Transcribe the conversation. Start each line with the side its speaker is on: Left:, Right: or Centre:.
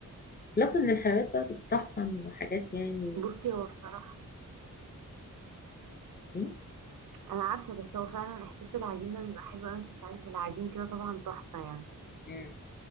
Left: بلس ان الحلويات بقى بتطحن حاجات يعني
Right: بصي هو بصراحة
Left: إيه؟
Right: انا عارفه بس هو فعلا احساس العجين ده بيبقى حلو قوي انت بتعملي بالعجين كده طبعا تحفه يعني
Left: مم.